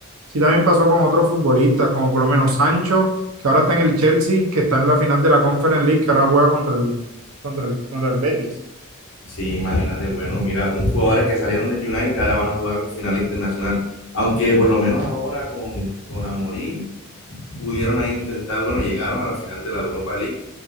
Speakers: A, on the right (about 85°); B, on the left (about 75°).
A: sí también pasó con otros futbolistas, como por lo menos Sancho, que ahora está en el Chelsea, que está en la final de la Conference League, que ahora juega contra el, contra el, contra el Betis.
B: Sí, imagínate, bueno, mira, un jugadores que salieron del United ahora van a jugar final internacional. Aunque por lo menos ahora con, con Amorim pudieron ahí intentar, bueno, llegaron a la final de la Europa League,